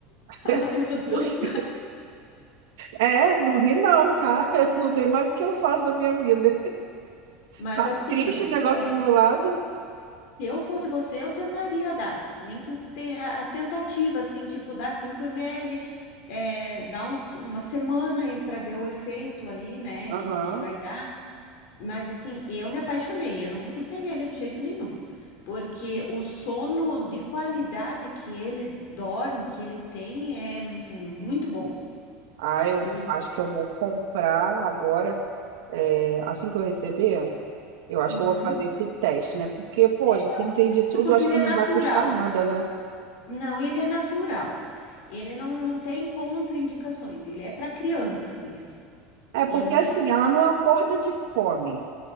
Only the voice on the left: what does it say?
<laughs> Ai, meu Deus.
Mas
assim,
ó.
é,
Se eu fosse você, eu tentaria dar. Nem que tenha a tentativa, assim, tipo, dar 5 ml, é, dar uns, uma semana para ver o efeito ali, né,
que, que vai dar. Mas, assim, eu me apaixonei, eu não fico sem ele de jeito nenhum. Porque o sono de qualidade que ele dorme, que ele tem, é, é muito bom.
E
uhum,
é,
é porque
ele
é
natural.
Não, ele é natural. Ele não, não tem contraindicações, ele é para criança mesmo.
Então,